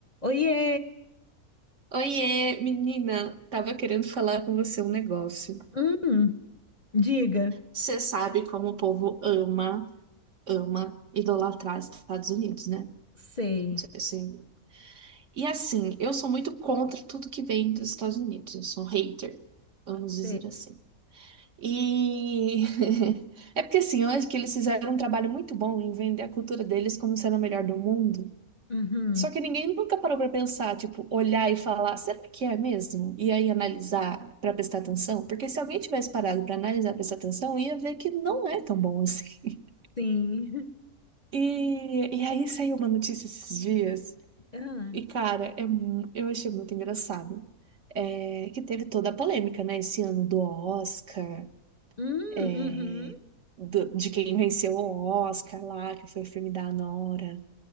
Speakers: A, on the left (about 35°); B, on the right (about 50°).
A: Oiê!
B: Oiê, menina, tava querendo falar com você um negócio.
A: Hum, diga.
B: Você sabe como o povo ama, ama idolatrar os Estados Unidos, né?
A: Sei,
B: Não sei se- E assim, eu sou muito contra tudo que vem dos Estados Unidos. Eu sou hater, vamos
A: sei.
B: dizer assim. E <laughs> é porque assim, eu acho que eles fizeram um trabalho muito bom em vender a cultura deles como sendo a melhor do mundo.
A: Uhum,
B: Só que ninguém nunca parou pra pensar, tipo, olhar e falar, será que é mesmo? E aí analisar pra prestar atenção, porque se alguém tivesse parado pra analisar, prestar atenção, ia ver que não é tão bom assim. <laughs>
A: sim. <laughs>
B: E, e aí saiu uma notícia esses dias,
A: Ah,
B: e cara, é mu- eu achei muito engraçado. É, que teve toda a polêmica, né, esse ano do Oscar,
A: hum,
B: é,
A: uhum,
B: do- de quem venceu o Oscar lá, que foi o filme da Nora.